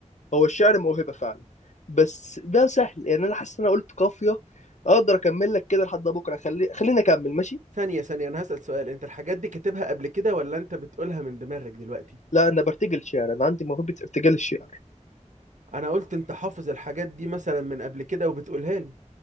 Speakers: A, on the left; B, on the right.
A: هو الشعر موهبة فعلا بس ده سهل يعني انا حاسس ان انا قلت قافية اقدر اكمل لك كده لحد بكرة خلي خليني اكمل ماشي
B: ثانية ثانية انا هسأل سؤال انت الحاجات دي كاتبها قبل كده ولا انت بتقولها من دماغك دلوقتي
A: لا انا برتجل شعر انا عندي موهبة ارتجال الشعر
B: انا قلت انت حافظ الحاجات دي مثلا من قبل كده وبتقولها لي